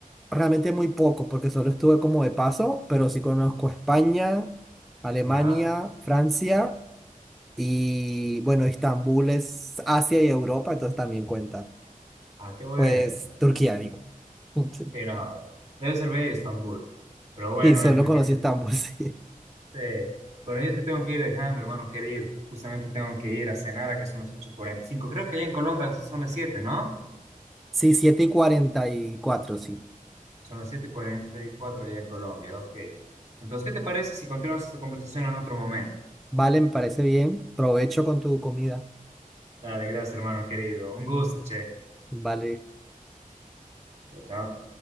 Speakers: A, in the centre; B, on the right (about 50°).
A: Realmente muy poco, porque solo estuve como de paso, pero sí conozco España, Alemania,
B: ¿Ya?
A: Francia y bueno, Estambul es Asia y Europa, entonces también cuenta.
B: Ah, qué bueno.
A: Pues Turquía, digo. Sí,
B: Sí, no, debe ser bello Estambul. Pero bueno,
A: Sí, solo
B: Efra,
A: conocí
B: ¿qué?
A: Estambul, <laughs> sí.
B: Sí. Bueno, yo te tengo que ir dejando, hermano querido. Justamente tengo que ir a cenar, a que son las ocho y cuarenta y cinco Creo que allá en Colombia son las siete ¿no?
A: Sí, 7 y 44 sí.
B: Son las siete y cuarenta y cuatro allá en Colombia, ok. Entonces, ¿qué te parece si continuamos esta conversación en otro momento?
A: Vale, me parece bien. Provecho con tu comida.
B: Dale, gracias, hermano querido. Un gusto, che.
A: Vale.
B: Chao, chao.